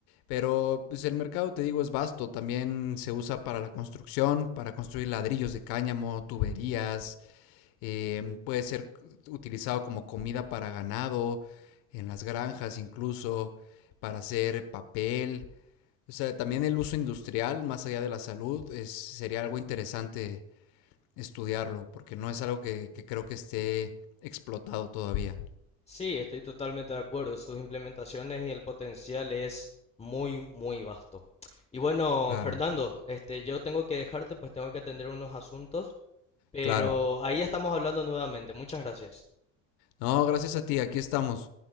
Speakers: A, on the left; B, on the left.
A: Pero pues el mercado, te digo, es vasto. También se usa para la construcción, para construir ladrillos de cáñamo, tuberías, eh, puede ser utilizado como comida para ganado, en las granjas incluso, para hacer papel. O sea, también el uso industrial, más allá de la salud, es, sería algo interesante estudiarlo, porque no es algo que, que creo que esté explotado todavía.
B: Sí, estoy totalmente de acuerdo. Sus implementaciones y el potencial es muy, muy vasto. Y bueno,
A: Claro,
B: Fernando, este, yo tengo que dejarte, pues tengo que atender unos asuntos. Pero
A: claro.
B: ahí ya estamos hablando nuevamente. Muchas gracias.
A: No, gracias a ti, aquí estamos.